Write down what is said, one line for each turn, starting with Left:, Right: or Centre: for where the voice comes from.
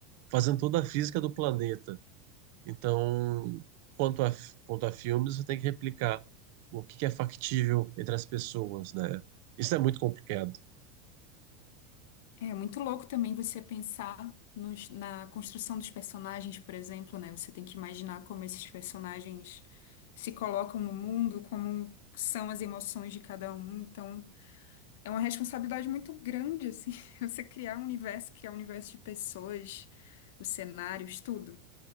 Right: fazendo toda a física do planeta. Então, quanto a, f- quanto a filmes, você tem que replicar o que que é factível entre as pessoas, né? Isso é muito complicado.
Left: É muito louco também você pensar nos- na construção dos personagens, por exemplo, né? Você tem que imaginar como esses personagens se colocam no mundo, como são as emoções de cada um. Então, é uma responsabilidade muito grande, assim, <laughs> você criar um universo, criar um universo de pessoas, os cenários, tudo.